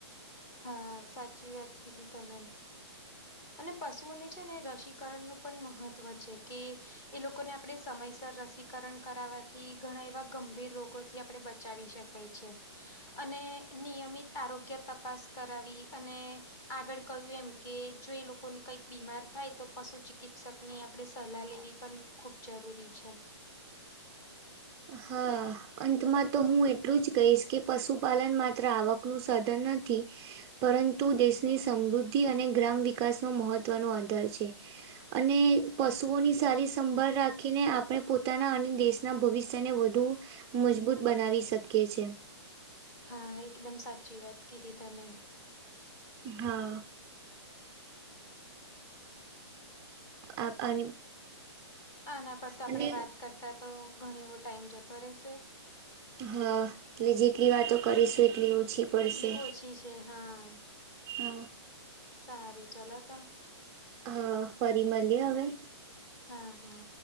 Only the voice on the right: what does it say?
હા, અંતમાં તો હું એટલું જ કહીશ કે પશુપાલન માત્ર આવક નું સધન નથી. પરંતુ દેશની સમૃદ્ધિ અને ગ્રામ વિકાસનો મહત્વનો આધાર છે. અને પશુઓની સારી સંભાળ રાખીને આપણે પોતાના અને દેશના ભવિષ્ય તેને વધુ મજબૂત બનાવી શકીએ છીએ.
હા, આ અને,
અને
હા એટલે જેટલી વાતો કરીશું એટલી ઓછી પડશે.
હા
હા ફરી મળીએ હવે